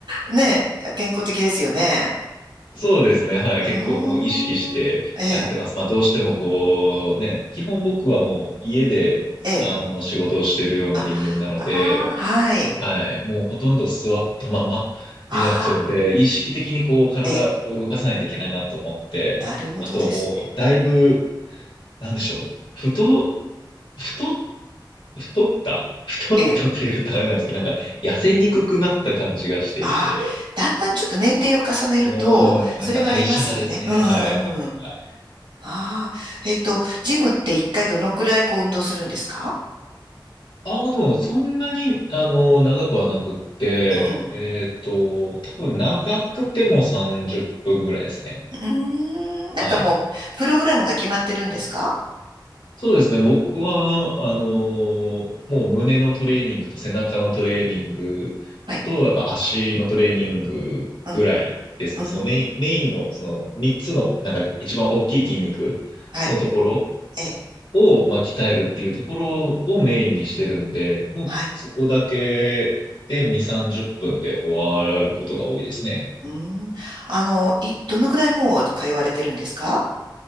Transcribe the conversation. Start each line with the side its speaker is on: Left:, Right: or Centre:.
Right: ねえ、健康的ですよね。
Left: そうですね。はい。
Right: うーん、
Left: 結構もう意識してやってます。
Right: ええ、
Left: まあどうしてもこうね、基本僕はもう家であの仕事をしているような人間なので、
Right: ええ、あ、ああ、はい。
Left: はい。もうほとんど座ったまま <laughs> になっちゃうんで、
Right: あ
Left: 意識的にこう体を動かさないといけないなと思って、
Right: あ、ええ、なるほどですね。
Left: あともうだいぶ、なんでしょう。太、太、太った太ったというとあれなんですけど、
Right: ええ、
Left: なんか痩せにくくなった感じがしていて、
Right: ああ、だんだんちょっと年齢を重ねると、
Left: うん、なんか代謝がですね、
Right: それはありますよね。うんうんうん。
Left: はい。はい
Right: ああ、えっと、ジムって一回どのくらいこう運動するんですか
Left: ああ、でも、そんなに、あの、長くはなくって、
Right: うん。
Left: えっと、多分長くても30分ぐらいですね。
Right: うーん、なんかもう、
Left: はい。
Right: プログラムが決まってるんですか
Left: そうですね。僕は、あの、もう胸のトレーニングと背中のトレーニングと、
Right: はい。
Left: やっぱ足のトレーニングぐらいですね。
Right: うん、うん、
Left: そのメイン、メインの、その3つの、なんか一番大きい筋肉
Right: はい、
Left: のところ
Right: ええ、
Left: を、まあ、鍛えるっていうところをメインにしてるんで、もうそこだけで2、
Right: はい。
Left: 30分で終わることが多いですね。
Right: うーん。あの、い、どのくらいもう通われてるんですか